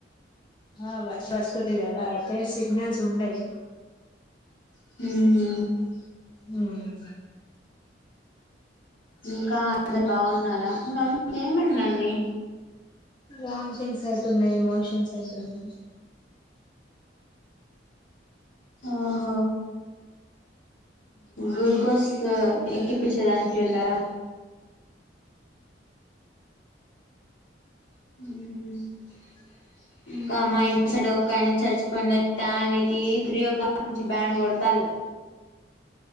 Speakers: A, on the left; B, on the left.
A: ఆ వస్తుతి కదా అయితే సిగ్నల్స్ ఉండయి
B: ఉం
A: ఉం
B: ఇంకా అందరూ బాగున్నారా మి మమ్మీకి ఏమైందండీ
A: వామిటింగ్స్ అయితున్నాయి ఎమోషన్స్ అయితున్నాయి
B: ఆహ గ్లుూకోస్ ఎక్కిప్పచ్చేదానికి వెళ్ళారా ఉ
A: క
B: ఇంకా మా ఇంటి సైడ్ ఒక్కాయన చచ్చిపోయిండు అయితే ఆయనకి త్రీ ఓ క్లాక్ నుంచి బ్యాండ్ కొడతాల్లు.